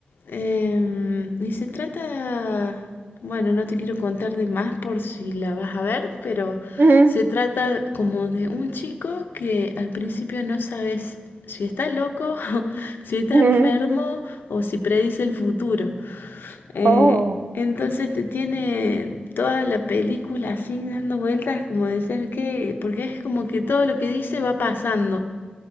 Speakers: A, on the left; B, on the right.
A: Em, y se trata... Bueno, no te quiero contar de más por si la vas a ver, pero
B: ujú,
A: se trata como de un chico que al principio no sabes si está loco, <laughs> si está
B: ujú.
A: enfermo o si predice el futuro. Eh,
B: Oh,
A: entonces te tiene toda la película así dando vueltas, como de ser que, porque es como que todo lo que dice va pasando.